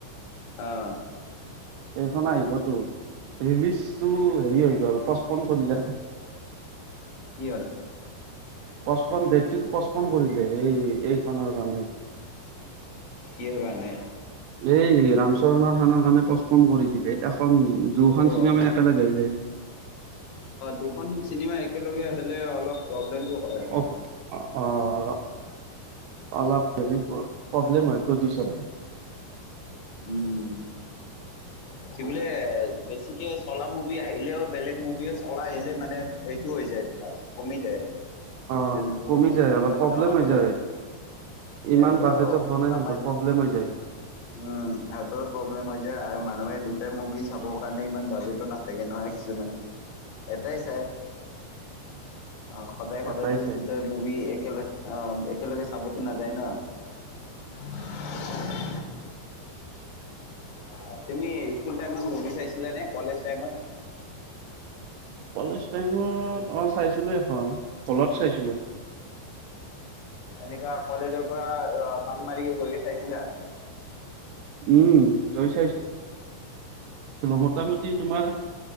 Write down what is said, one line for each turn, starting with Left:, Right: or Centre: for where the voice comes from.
Left: আহ
Right: এইখন আহিবতো ৰিলিজটো হেৰি হৈ গ'ল পচপন কৰিলে
Left: কি হ'ল
Right: পচপন ডেটটো পঁচপন কৰিলে এই এইখনৰ কাৰণে
Left: কিহৰ কাৰণে
Right: এই ৰামচৰণৰ খানৰ কাৰণে পচপন কৰি দিলে এখন দুখন
Left: অ
Right: চিনেমাই
Left: অহ
Right: একেলগে আহিলে
Left: দুখন চিনেমা এক একেলগে আহিলে অলপ কিন্তু হয়
Right: অ', অ অলপ ধৰি প্ৰব্লেম হয় প্ৰড্যউচাৰ হয়
Left: উম কি বোলে বেছিকে চলা মোক আহিলেও বেলেগ মুভি চলাই আহিলে মানে এটো হৈ যায় তোমাৰ কমি যায়
Right: অঁ
Left: যোনটো
Right: কমি যায়
Left: যিমান
Right: অলপ প্ৰব্লেম
Left: কামাব
Right: হৈ যায়
Left: লাগে সিহঁতৰো
Right: ইমান বাজেটত বনাইহেঁত
Left: কামাইটো
Right: প্ৰব্লেম হৈ যায়
Left: উম হাৰ্টৰ প্ৰব্লেম হৈ যায় আৰু মানুহে দুটাই মুভি চাবৰ কাৰণে ইমান বাজেটো নাথাকে নহয় কিছুমানে এটাই চাই অ সদায় সদায়
Right: এটাই
Left: দু
Right: চাই
Left: দুটা মুভি একেলগে অহ একেলগে চাবতো নাযায় ন অ তুমি স্কুল টাইমত মুভি চাইছিলা নে কলেজ টাইমত
Right: কলেজ টাইমত অ চাইছিলো এখন হলত চাইছিলো
Left: এনেকা কলেজৰ পৰা অ বাংমাৰীকে গৈকে চাইছিলা
Right: উম তই চাই মোটামুটি তোমাৰ